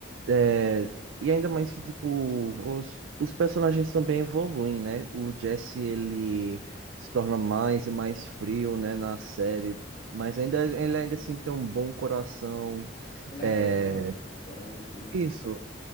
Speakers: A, on the right (about 90°); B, on the left (about 35°).
A: É, e ainda mais que, tipo, os, os personagens também evoluem, né? O Jesse, ele se torna mais e mais frio, né, na série. Mas ainda, ele ainda assim tem um bom coração.
B: Ele
A: É,
B: ainda é humano. Agora o,
A: isso,
B: o,